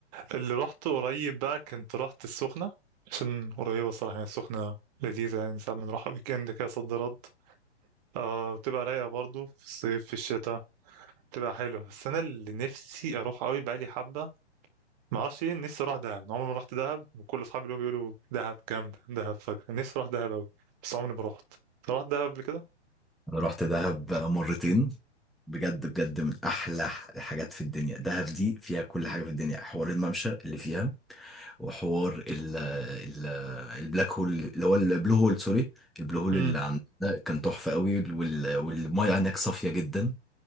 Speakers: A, on the right; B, in the centre.
A: اللي رحت قريب بقى كنت رحت السخنة عشان قريبة الصراحة يعني السخنة لذيذة يعني ساعات بنروحها ويكند كده صد رد آه بتبقى رايقة برضو في الصيف في الشتاء بتبقى حلوة بس أنا اللي نفسي أروح أوي بقالي حبة ما اعرفش ايه نفسي اروح دهب عمري ما رحت دهب وكل اصحابي اللي بيقولوا دهب جامده دهب فجر نفسي اروح دهب قوي بس عمري ما رحت أنت رحت دهب قبل كده
B: انا رحت دهب مرتين بجد بجد من احلى الحاجات في الدنيا دهب دي فيها كل حاجه في الدنيا حوار الممشى اللي فيها وحوار ال ال البلاك هول اللي هو البلو هول سوري البلو هول
A: امم
B: اللي عند ده كان تحفه قوي وال- والميه هناك صافيه جدا